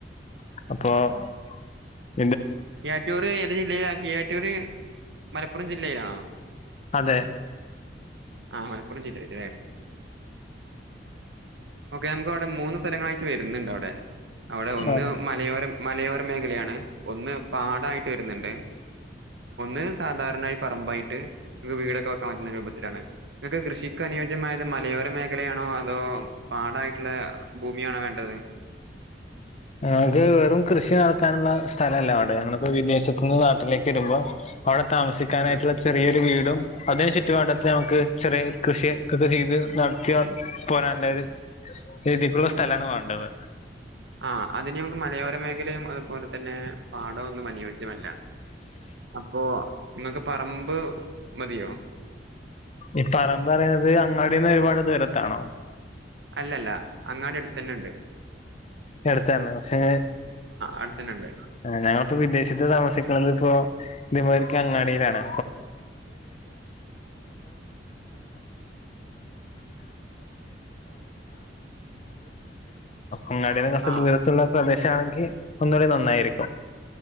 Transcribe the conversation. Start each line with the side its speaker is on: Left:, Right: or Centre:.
Left: അപോഹ്
Right: കിയാറ്റൂർ ഏത് ജില്ലയിലാ കിയാറ്റൂർ മലപ്പുറം ജി ലീലാണോ
Left: അതേ
Right: ആഹ് മലപ്പുറം ജില്ലയില് ലെ ഓക്കെ നമുക്കവ്ടെ മൂന്ന് സ്ഥലങ്ങളായി വരുന്നണ്ടവ്ടെ അവ്ടെ ഒന്ന്
Left: ആഹ്
Right: മലയോരം മലയോരം മേഖലയാണ് ഒന്ന് പാടായിട്ട് വരുന്ന്ണ്ട് ഒന്ന് സാധാരണയി പറമ്പായിട്ട് ങ്ങക് വീടൊക്കെ വെക്കാൻ പറ്റുന്നറൂബത്തിലാണ്. ങ്ങക് കൃഷിക്ക് അനിയോജ്യമായത് മലയോര മേഖലയാണോ അതോ പാടായിട്ട്ള്ള ഭൂമിയാണോ വേണ്ടത്
Left: ഞങ്ങക് വെരും കൃഷി നടത്താനുള്ള സ്ഥലല്ല വേണ്ടത്. ഞങ്ങള്പൊ വിദേശത് ന്ന് നാട്ടിലേക്ക് വരുമ്പൊ അവ് താമസിക്കാനായിട്ട്ള്ള
Right: ആ
Left: ചെറിയൊരു വീ അതിന് ചുറ്റുപാടത് ഞമക് ചെറീ കൃഷി കൊക്കെ ചെയ്ത് നടത്തിവ പോരാന്ള്ളൊരു രീതിക്ക്ള്ള സ്ഥലാണ് വേണ്ടത്
Right: ആ ആത്ഞി ഞമക് മലയോര മേഘലയും അത് പോല തന്നേ പാടൊന്നും അനുയോജ്യമല്ല അപ്പോ ങ്ങക് പറമ്പ് മതിയോ
Left: ഈ പറമ്പ് പറഞ്ഞത് അങ്ങാടീന്ന് കുറ ദൂരത്താണോ?
Right: അല്ലല്ലാ അങ്ങട് അടുത്തുതന്നെയുണ്ട്
Left: ഇടത് തന്നെ പക്ഷെ
Right: അടുത്തന്നെ ഉണ്ട്
Left: ഞങ്ങൾ വിദേശത്ത് താമസികനെയിപ്പോൾ ഇവർക്ക് അങ്ങാടിയിലന്നെ ഇന്നല് ഒരുദിവസം
Right: ആഹ്
Left: ദൂരതുള്ള പ്രാദേശിക ചങ്കി ഒന്നുകൂടി നന്നായിരു